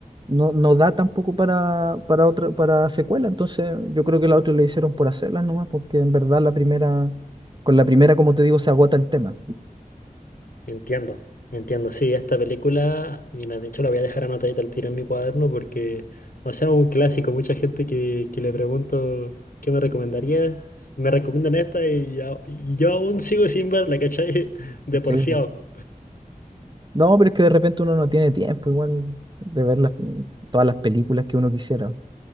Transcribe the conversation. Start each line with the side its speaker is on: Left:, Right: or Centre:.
Right: no, no da tampoco para, para otra, para secuela, entonces yo creo que la otra le hicieron por hacerlas nomás, porque en verdad la primera, con la primera como te digo, se agota el tema.
Left: Entiendo, entiendo. Sí, esta película, mira, de hecho la voy a dejar anotadita al tiro en mi cuaderno porque, o sea, un clásico. Mucha gente que, que le pregunto qué me recomendarías, me recomiendan esta y, ya- y yo aún sigo sin verla, ¿cachai? <laughs> De porfiado.
Right: Sí, po. No, pero es que de repente uno no tiene tiempo igual de ver las- todas las películas que uno quisiera.